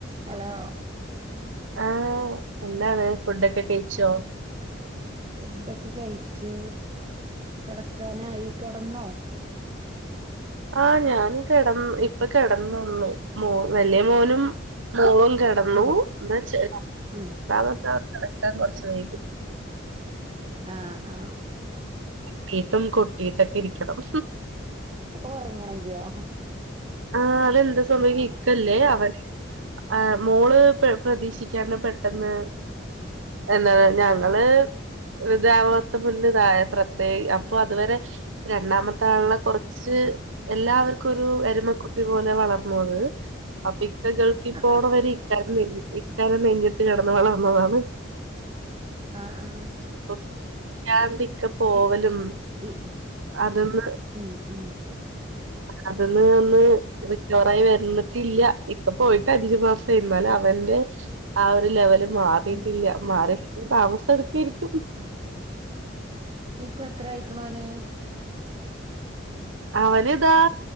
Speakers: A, on the right; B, on the right.
A: Hello
B: ആഹ് എന്താണ് ഫുഡൊക്കെ കഴിച്ചോ
A: ഫുഡൊക്കെ കഴിച്ചു കെടക്കാനായി കെടന്നോ
B: ആ ഞാൻ കിടന്ന് ഇപ്പൊ കെടന്നുള്ളു മോ വലിയ മോനും മോളു കിടന്നു
A: ഉം
B: എന്താന്ന്
A: ഉം
B: വെച്ചു ഇന്ന് കിടക്കാൻ കൊറച്ച് വൈകി
A: ആഹ് ആ
B: പീത്തും കൊട്ടീട്ടൊക്കെ ഇരിക്കണു
A: ഉറങ്ങണെങ്കിയോ
B: ആ അതെന്താ സമയം
A: ആഹ്
B: കിക്കല്ലേ അവ ആ മോള് പ്രതീക്ഷിക്കാണ്ട് പെട്ടെന്ന് എന്താണ് ഞങ്ങൾ
A: ആഹ്
B: <unintelligible> തേ അപ്പൊ അതുവരെ രണ്ടാമത്തെ ആളിനെ കുറച്ച് എല്ലാവർക്കും ഒരു എരുമകു കുട്ടി പോലെ വളർന്നത് അപ്പൊ ഇക്ക ഗൾഫിപോണവരെ
A: ആഹ്
B: ഇക്കാടെ നെഞ്ചത്ത് കിടന്ന് വളർന്നതാണ്
A: ആ ആ
B: അപ്പൊ പിന്നാണ് ഇക്ക പോവലും
A: ഇ ഇ
B: അതൊന്ന്
A: ഉം ഉം
B: അതിന്ന് ഒന്ന് റിക്കവറായി വരുന്നിട്ടില്ല ഇപ്പ പോയിട്ട് അഞ്ച് മാസം ആവുന്നു അവന്റെ ആ ഒരു ലെവല് മാറിട്ടില്ല
A: ഉം
B: മാറി താമസം എടുക്കോയിരിക്കും
A: ഇപ്പത്ര ആയിക്കണോന്
B: അവന് ഇതാ